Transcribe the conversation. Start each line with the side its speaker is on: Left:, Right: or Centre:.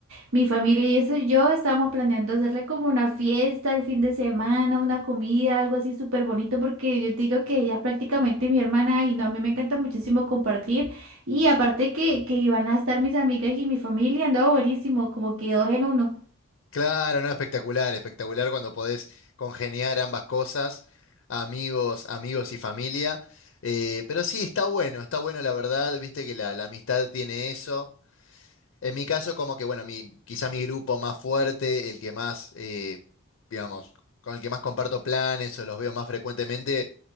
Right: mi familia y eso, yo estábamos planeando hacerle como una fiesta el fin de semana, una comida, algo así súper bonito, porque yo te digo que ella es prácticamente mi hermana y no, a mí me encanta muchísimo compartir. Y aparte que, que iban a estar mis amigas y mi familia, andaba buenísimo, como que dos en uno.
Left: Claro, no, espectacular, espectacular cuando podés congeniar ambas cosas, amigos, amigos y familia. Eh, pero sí, está bueno, está bueno la verdad, viste que la, la amistad tiene eso. En mi caso, como que, bueno, mi, quizá mi grupo más fuerte, el que más, eh, digamos, con el que más comparto planes o los veo más frecuentemente,